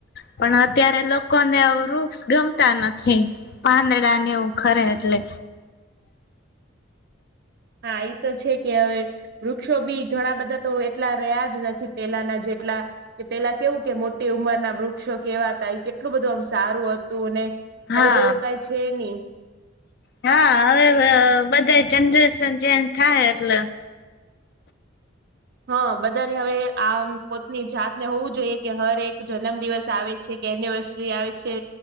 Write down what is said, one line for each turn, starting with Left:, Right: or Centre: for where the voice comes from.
Left: પણ અત્યારે લોકોને વૃક્ષ ગમતા નથી. પાંદડાને એવું ખરે એટલે.
Right: હા એ તો છે કે હવે. વૃક્ષો બી ઘણા બધા તો એટલા રહ્યા જ નથી પેલાના જેટલા કે પેલા કેવું કે મોટી ઉંમરના વૃક્ષો કેવાતા કેટ આટલું બધું આમ સારું હતું ને
Left: હા
Right: હવે તો એવું કઈ છે નહી.
Left: હા હવે બધા જનરેશન ચેન્જ થાય એટલે.
Right: હા બધાને હવે આમ પોતની જાતને હોવું જોઈએ કે હર એક જન્મ દિવસ આવે છે કે એનિવર્સરી આવે છે